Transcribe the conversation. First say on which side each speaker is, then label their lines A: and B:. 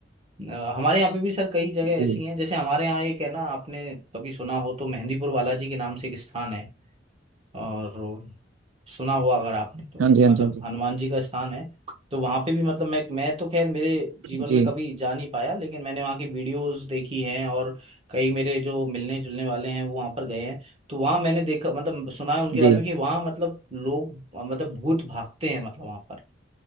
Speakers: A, on the right; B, on the right.
A: अ, हमारे यहाँ पे भी सर कई जगह
B: जी
A: ऐसी हैं जैसे हमारे यहाँ एक है ना आपने कभी सुना हो तो मेहंदीपुर बालाजी के नाम से एक स्थान है और सुना हुआ अगर आपने तो
B: हाँ जी हाँ
A: मतलब
B: जी हाँ जी
A: हनुमान जी का स्थान है तो वहां पे भी मतलब मैं मैं तो खैर मेरे जीवन
B: जी
A: में कभी जा नहीं पाया लेकिन मैंने वहां की वीडियोस देखी हैं और कई मेरे जो मिलने जुलने वाले हैं वो वहां पर गए हैं तो वहां मैंने देखा मतलब सुना है उनके
B: जी
A: बारे में कि वहां मतलब लोग मतलब भूत भागते हैं मतलब वहां पर